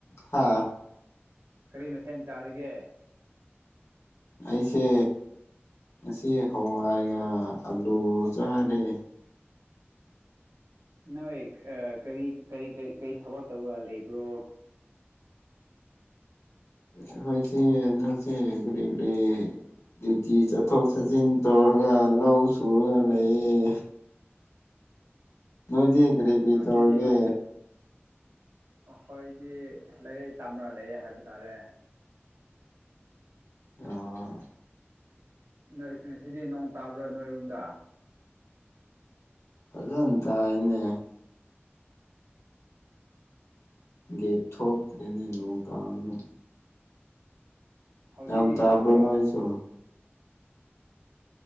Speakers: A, on the left; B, on the right.
A: ꯍꯥ
B: ꯀꯔꯤ ꯃꯊꯦꯟ ꯆꯥꯔꯒꯦ?
A: ꯑꯩꯁꯦ ꯉꯁꯤ ꯍꯋꯥꯏꯒ ꯑꯂꯨ ꯆꯥꯔꯦ꯫
B: ꯅꯣꯏ ꯀꯔꯤ ꯀꯔꯤꯀꯔꯤ ꯀꯩ ꯊꯕꯛ ꯇꯧꯔ ꯂꯩꯕ꯭ꯔꯣ?
A: ꯑꯈ‌ꯣꯏꯁ‌ꯦ ꯍꯟꯗꯛꯁꯦ ꯀ꯭ꯔꯤ ꯀꯔꯤ ꯗ꯭ꯌꯨꯇꯤ ꯆꯠꯊꯣꯛ ꯆꯠꯁꯤꯟ ꯇꯧꯔꯒ ꯂꯧ ꯆꯨꯔꯒ ꯂꯩꯌꯦ? ꯅꯣꯏꯗꯤ ꯀꯔꯤ ꯀ꯭ꯔꯤ
B: ꯉꯁꯤꯗꯤ
A: ꯇꯧꯔꯒꯦ?
B: ꯅꯣꯡ ꯑꯩꯈꯣꯏꯗꯤ ꯂꯩꯥꯏꯔꯛ ꯇꯝꯔꯥ ꯂꯩꯌꯦ ꯍꯥꯏꯕ ꯇꯥꯔꯦ꯫
A: ꯑꯣ
B: ꯅ‌ꯣꯏ ꯉꯁꯤꯗꯤ ꯅꯣꯡ ꯇꯥꯕ꯭ꯔꯥ ꯅꯣꯏꯔꯣꯝꯗ?
A: ꯐꯖꯟ ꯇꯥꯏꯅꯦ꯫ ꯒꯦꯠ ꯊꯣꯛꯇ꯭꯭ꯔ‌ꯦꯅꯦ ꯅ‌ꯣꯡ ꯇꯥꯕꯅꯤꯅ
B: ꯍꯧꯖꯤꯛꯇꯤ
A: ꯌꯥꯝ ꯇꯥꯕ꯭ꯔꯣ
B: ꯇꯥꯕ꯭ꯔꯥ
A: ꯅꯣꯏꯁꯨ